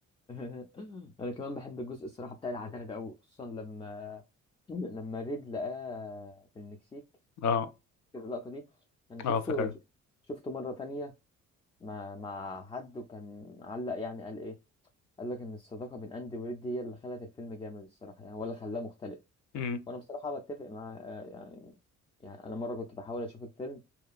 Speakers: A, on the left; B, on the left.
A: <laughs> انا كمان بحب الجزء الصراحه بتاع العتاله ده قوي خصوصا لما <laughs> لما ريد لقاه في المكسيك
B: اه
A: فاكر اللقطه دي انا شفته
B: اه فاكر
A: شفته مره تانية مع مع حد وكان علق يعني قال ايه قال لك ان الصداقه بين اندي وريد هي اللي خلت الفيلم جامد الصراحه يعني ولا خلاه مختلف
B: أمم،
A: وانا بصراحه بتفق معاه آه، يعني يعني انا مره كنت بحاول اشوف الفيلم